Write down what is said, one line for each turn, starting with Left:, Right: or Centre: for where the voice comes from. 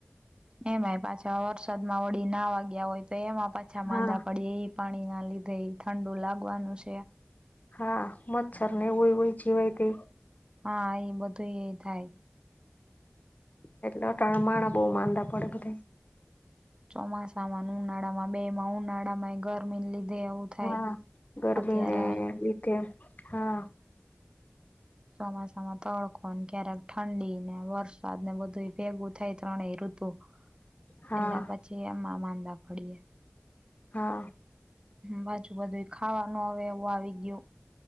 Right: એમાંય પાછા વરસાદમાં વળી નાવાગ્યા હોય તો એમાં પાછા
Left: હા
Right: માંદા પડે એ પાણી ના લીધે એ ઠંડુ લાગવાનું છે.
Left: હા મચ્છર ને એવુંવય જીવાય તે.
Right: હા એ બધું એ થાય.
Left: એટલે <unintelligible> માહણા બહુ માંદા પડે બધા એ.
Right: ચોમાસા માંના ઉનાળા માં બે માં ઉનાળામાં ઘર જમીન લીધે એવું થાય
Left: હા ગરમીને
Right: અત્યારે.
Left: <unintelligible> હા
Right: ચોમાસામાં તડકો ક્યારેક ઠંડી ને વરસાદ ને બધુંય ભેગું થઈ ત્રણે ઋતુ
Left: હા
Right: એટલે પછી એમાં માંદા પડીએ
Left: હા
Right: પાછું બધું ખાવાનું હવે એવું આવી ગયું